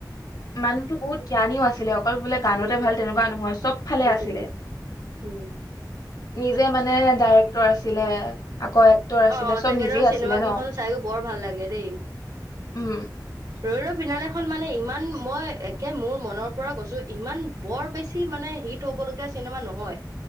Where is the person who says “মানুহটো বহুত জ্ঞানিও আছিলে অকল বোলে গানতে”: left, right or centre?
Left